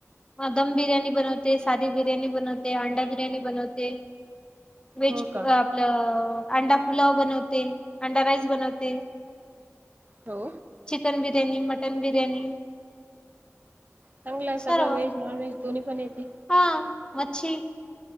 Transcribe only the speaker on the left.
ह दम बिर्याणी बनवते साधी बिर्याणी बनवते अंडा बिर्याणी बनवते. व्हेज
आपलं अंडा पुुलाव बनवते अंडा राईस बनवते.
Chicken biryani mutton biryani.
सर्व
हा मच्छी.